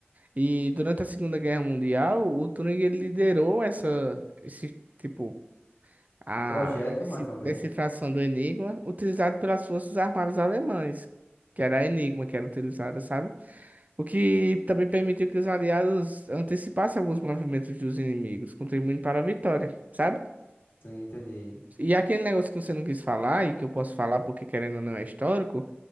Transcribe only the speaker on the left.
Projeto,
mais ou menos.
Sim, entendi.